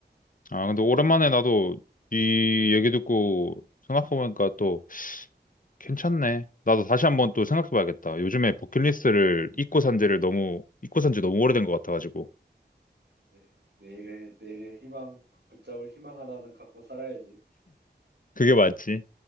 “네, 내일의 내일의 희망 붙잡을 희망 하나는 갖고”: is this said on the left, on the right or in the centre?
Right